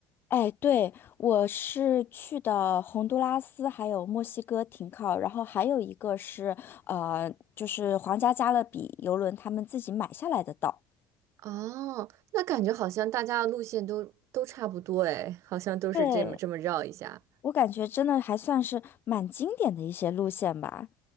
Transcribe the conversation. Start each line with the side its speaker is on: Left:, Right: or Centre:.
Left: 哎，对，我是去的洪都拉斯还有墨西哥停靠，然后还有一个是呃，就是皇家加勒比游轮他们自己买下来的岛。
Right: 哦，那感觉好像大家的路线都都差不多哎，好像都是这么这么绕一下。
Left: 对，我感觉真的还算是蛮经典的一些路线吧。